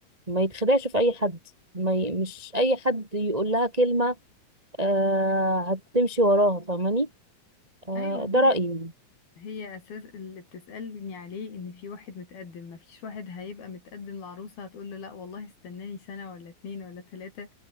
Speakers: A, on the right; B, on the left.
A: ما يتخدعش في أي حد ما ي... مش أي حد يقول لها كلمة آه هتمشي وراها فاهماني آه
B: ايوه
A: ده
B: هي
A: رأيي يعني.
B: هي اساس اللي بتسالني عليه ان في واحد متقدم ما فيش واحد هيبقى متقدم لعروسه هتقول له لا والله استناني سنه ولا اتنين ولا تلاته